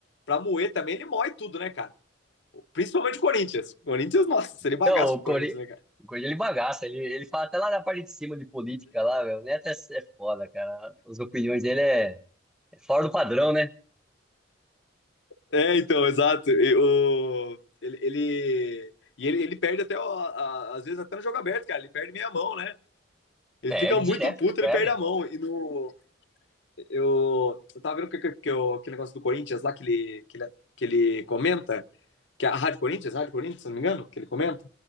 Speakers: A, on the left (about 65°); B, in the centre.
A: pra moer também, ele moe tudo, né, cara? Principalmente o Corinthians. O Corinthians, nossa, ele
B: Então,
A: bagaço
B: o
A: com
B: Corinthians,
A: o Corinthians, né, cara?
B: o Corinthians, ele bagaça. Ele, ele fala até lá na parte de cima de política lá, velho. O Neto é, é foda, cara. As opiniões dele é, é fora do padrão, né?
A: É, então, exato. E o- ele, ele, e ele, ele perde até, ó, a- às vezes, até no jogo aberto, cara. Ele perde meia mão, né? Ele
B: Perde,
A: fica muito
B: direto
A: puto,
B: ele perde.
A: ele perde a mão. E no. Eu, eu tava vendo que, que, que o- aquele negócio do Corinthians lá que ele, que ele, que ele comenta, que é a Rádio Corinthians, Rádio Corinthians, se não me engano, que ele comenta.